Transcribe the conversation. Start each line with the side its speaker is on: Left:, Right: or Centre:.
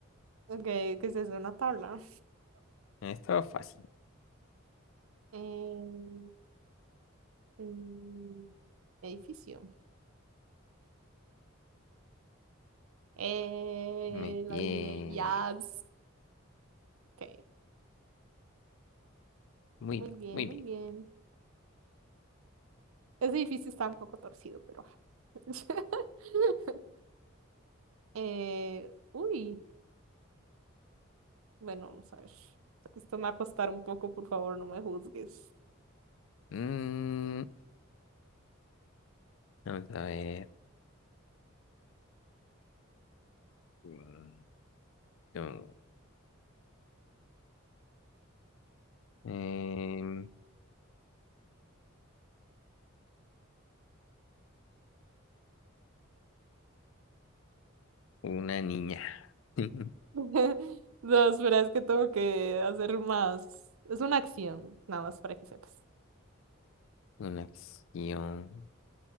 Right: Ok, ¿qué es eso? Una tabla.
Left: Estaba fácil.
Right: Eh, mm, edificio. Eh,
Left: Muy
Right: la
Left: bien.
Right: adiviné, yes. Ok,
Left: Muy
Right: muy
Left: bien,
Right: bien,
Left: muy
Right: muy
Left: bien.
Right: bien.
Left: <laughs>
Right: Ese edificio está un poco torcido, pero... ajá. <laughs> Eh, uy, bueno, vamos a ver. Esto me va a costar un poco, por favor, no me juzgues.
Left: Mm, vamos a ver. Mm, no. Em, una niña. <laughs>
Right: <laughs> No, espera, es que tengo que hacer más. Es una acción, nada más para que sepas.
Left: Una acción.